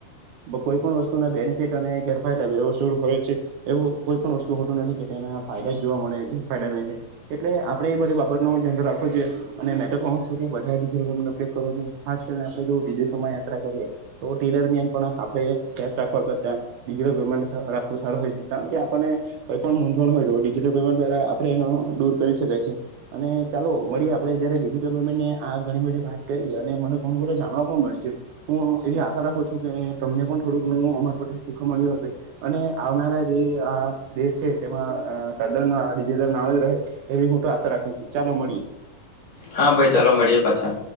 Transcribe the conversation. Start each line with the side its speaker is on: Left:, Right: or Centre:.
Right: કોઈ પણ વસ્તુના બેનિફિટ અને ગેરફાયદા બે વસ્તુ હોય છે એવું કોઈ પણ વસ્તુ શુંતું નથી કેના ફાયદા જ જોવા મળે ગેરફાયદા ન છે એટલે આપણે એ બધી બાબત ધ્યાન રાખવું જોએ અનેનેટ ઉપયોગ કરવો જોઈ ખાસ કરીનેણે જો વિદેશોમાં યાત્રા કરીએ તો તે દરમિયાન પણ આપણે કેશ રાખવા કરતાિટલ પેમેન્ટ રાખવું સારું હોય છે કારણ કે આપને કઈ પણ મૂંઝવણ હોય તો ડિજટલ પેમેન્ટ દ્વારા આપણે એનો દૂર કરી શકાય જે અને ચાલો મળીએ આપડે જયારે જે તમે મને આ ઘણી બધી વાત કરી અને મને ઘણું બધું જાણવા પણ મળ્યું છે હું એવી આશા રાખું છું કે તમને પણ થોડું ઘણું અમારા પરથી શીખવા મળ્યું હશે અને આવનારા જે આ દેશ છે તેમાં તદ્દન આ ડિજિટલ નામ જ રહે. એવી હું આશા રાખું છું ચાલો મળીએ.
Left: હા, ભાઈ ચાલો મળીએ પાછા